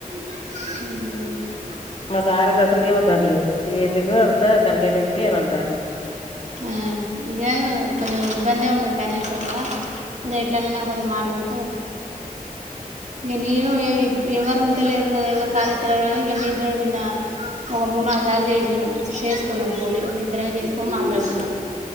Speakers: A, on the right; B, on the left.
A: మ్మ్ మ్
B: మా సారుండి అసలికే వద్దంటడు ఇది ఎందుకు అంతా తలకాయ నొప్పి అని అంటాండు.
A: ఆ ఏమో కొంచెం ఇబ్బందే ఉన్నది ఫైనాల్సియల్గా అదే ఇట్లనన్న కొంచం మాట్లాడితే ఇగ నేను ఏం ఇపి ఎవరు ఉంటలేరు గదా ఎవరు కాల్ జేత్తలేరని ఇగ మీ ఇద్దరే నిన్న ఒక మూడ్ నాలు సార్లు చేసినం చేసుకున్నాం ఫోనే మే ఇద్దరమే చేస్కొని మాట్లాడుకున్న